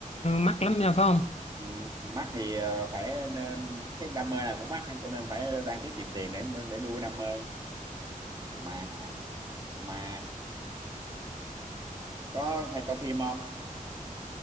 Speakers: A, on the left (about 45°); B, on the right (about 30°).
A: mắc lắm nha phải không
B: Ừ, mắc thì ờ, phải nên cái đam mê này cũng mắc cho nên phải đang tiết kiệm tiền để để nuôi đam mê mà mà có hay coi phim không